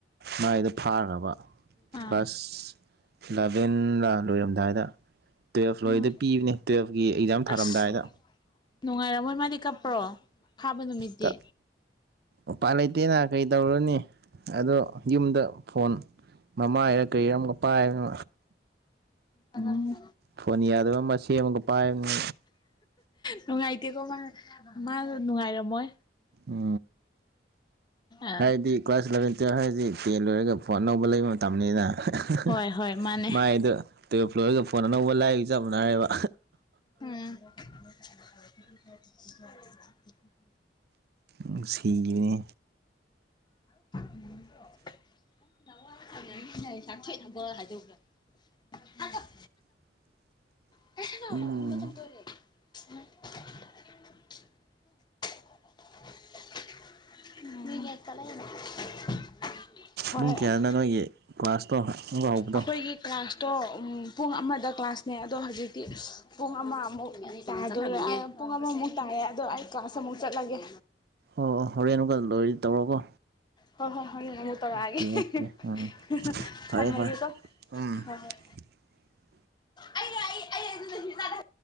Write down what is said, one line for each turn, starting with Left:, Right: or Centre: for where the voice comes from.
Right: ꯃꯥꯏꯗꯣ ꯐꯥꯈ꯭ꯔꯕ
Left: ꯑꯥ
Right: ꯀ꯭ꯂꯥꯁ ꯂꯕꯦꯟ ꯔ ꯂꯣꯏꯔꯝꯗꯥꯏꯗ ꯇꯨꯋꯦꯜꯐ
Left: ꯎꯝ
Right: ꯂꯣꯏꯗ ꯄꯤꯕꯅꯦ ꯇꯨꯋꯦꯜꯐꯀꯤ ꯑꯦꯛꯖꯥꯝ ꯊꯥꯔꯝꯗꯥꯏꯗ
Left: ꯑꯁ ꯅꯨꯡꯉꯥꯏꯔꯝꯃꯣꯏ ꯃꯥꯗꯤ ꯀꯞꯄ꯭ꯔꯣ ꯐꯥꯕ ꯅꯨꯃꯤꯠꯇꯤ
Right: ꯇ ꯎꯄꯥꯥꯏ ꯂꯩꯇꯦꯅ ꯀꯩ ꯇꯧꯔꯨꯅꯤ ꯑꯗꯣ ꯌꯨꯝꯗ ꯐꯣꯟ ꯃꯃꯥꯏꯔ ꯀꯔꯤꯔ ꯑꯃ ꯄꯥꯏꯅꯣ
Left: ꯎꯝ
Right: ꯐꯣꯟ ꯌꯥꯗꯕ ꯑꯃ ꯁꯦꯝꯃꯒ ꯄꯥꯏꯕꯅꯤ
Left: ꯅꯨꯡꯉꯥꯏꯇꯦꯀꯣ ꯃꯥ ꯃꯥ ꯅꯨꯡꯉꯥꯏꯔꯝꯃꯣꯏ
Right: ꯎ
Left: ꯑ
Right: ꯍꯥꯏꯗꯤ ꯀ꯭ꯂꯥꯁ ꯏꯂꯚꯦꯟ ꯇꯨꯌꯦꯜ ꯍꯥꯏꯗꯤ ꯇꯦꯟ ꯂꯣꯏꯔꯒ ꯐꯣꯟ ꯑꯅꯧꯕ ꯂꯩꯕ ꯃꯇꯝꯅꯤꯅ
Left: ꯍꯣꯏ
Right: <inaudible>
Left: ꯍꯣꯏ ꯃꯥꯅꯦ
Right: ꯃꯥꯏꯗꯣ ꯂꯣꯏꯔꯒ ꯐꯣꯟ ꯑꯅꯧꯕ ꯂꯥꯏꯕ ꯆꯞ ꯃꯅꯔꯦꯕ
Left: ꯎꯝ <inaudible>
Right: ꯎꯪ ꯁꯤꯔꯤꯅꯦ
Left: <unintelligible> <unintelligible>
Right: <inaudible>
Left: <unintelligible>
Right: ꯎꯝ
Left: <unintelligible> ꯍꯣꯏ
Right: ꯃꯤ ꯀꯌꯥꯅꯥ ꯅꯣꯏꯒꯤ ꯀ꯭ꯂꯥꯁꯇꯣ ꯑꯃꯨꯛꯀ ꯍꯧꯕꯗꯣ
Left: ꯑꯩꯈꯣꯏꯒꯤ ꯀ꯭ꯂꯥꯁ ꯇꯣ ꯄꯨꯡ ꯑꯃꯗ ꯀ꯭ꯂꯥꯁꯅꯦ ꯑꯗꯣ ꯍꯧꯖꯤꯛꯇꯤ ꯄꯨꯡ ꯑꯃꯃꯨꯛ ꯇꯥꯗꯣꯔꯦ ꯄꯨꯡ ꯑꯃꯃꯨꯛ ꯇꯥꯏꯔꯦ ꯑꯗꯣ ꯑꯩ ꯀ꯭ꯂꯥꯁ ꯑꯃꯨꯛ ꯆꯠꯂꯒꯦ
Right: ꯑꯣ ꯑꯣ ꯍꯣꯔꯦꯟ ꯕ ꯂꯣꯏꯔꯗꯤ ꯇꯧꯔꯣꯀꯣ
Left: ꯍꯣꯏ ꯍꯣ ꯍꯣꯔꯦꯟ ꯑꯃꯨꯛ ꯇꯧꯔꯛꯒꯦ
Right: ꯑꯣꯀꯦ
Left: ꯍꯦ
Right: ꯑꯣꯀꯦ
Left: ꯍꯦꯍ
Right: ꯎꯝ
Left: ꯍ
Right: ꯐꯔꯦ
Left: ꯊꯝꯃꯒꯦꯀꯣ
Right: ꯐꯔꯦ ꯎꯝ
Left: ꯍꯣ ꯍꯣꯢ
Right: <inaudible>
Left: ꯑꯩꯒ ꯑꯩ ꯑꯩ ꯑꯗꯣ ꯔꯟꯖꯤꯇꯥꯒ